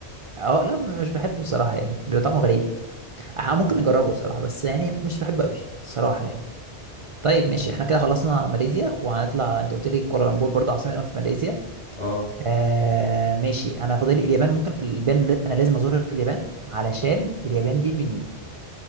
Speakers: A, on the right (about 45°); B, on the left (about 35°).
A: اه لا مش بحبه الصراحة يعني بيبقى طعمه غريب احنا
B: مم.
A: ممكن نجربه الصراحة بس يعني مش بحبه أوي الصراحة يعني طيب ماشي
B: أيوة.
A: احنا كده خلصنا ماليزيا وهنطلع انت قلت لي كوالالمبور برضه عاصمة في ماليزيا
B: اه
A: آه ماشي انا فاضل لي اليابان ممكن اليابان ل- انا لازم ازور اليابان علشان اليابان دي من